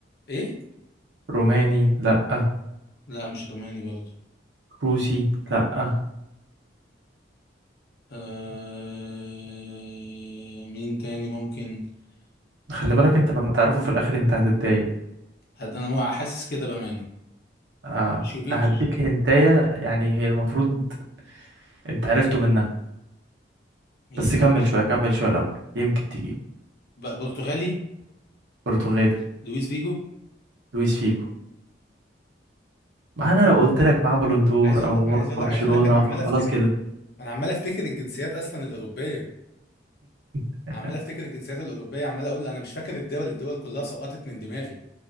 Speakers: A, on the left; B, on the right.
A: ايه
B: روماني لأ
A: لا مش روماني برضه
B: روسي لأ
A: آه... مين تاني ممكن
B: خلي
A: مين
B: بالك انت لما تعرفه في الاخر انت هتتضايق
A: هد... انا حاسس كده بامانه
B: آه.
A: مش يوفيتش
B: هديك هنتاية يعني هي المفروض انت عرفته منها
A: مين
B: بس كمل شوية كمل شوية الأول يمكن تجيبه
A: بقى برتغالي
B: برتغالي
A: لويس فيجو
B: لويس فيجو ما انا لو قلت لك معاه بالون دور
A: عايز اقول
B: او
A: عايز
B: راح
A: اقول
B: برشلونة
A: عايز اقول لك انا عمال
B: فخلاص
A: افتكر
B: كده
A: انا عمال افتكر الجنسيات اصلا الاوروبيه
B: <laughs>
A: عمال افتكر الجنسيات الاوروبيه عمال اقول انا مش فاكر الدول الدول كلها سقطت من دماغي